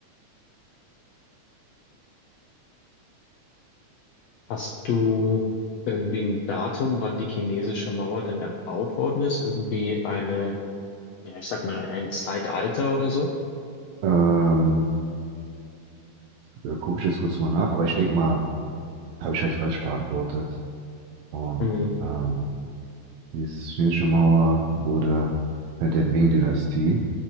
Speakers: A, on the left (about 75°); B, on the right (about 70°).
A: Hast du irgendwie ein Datum, wann die chinesische Mauer denn erbaut worden ist? Irgendwie eine, ja, ich sag mal, ein Zeitalter oder so?
B: Ähm, äh, gucke ich jetzt kurz mal nach, aber ich denke mal, habe ich halt falsch beantwortet und
A: Mhm.
B: ähm, Die chinesische Mauer wurde während der Ming-Dynastie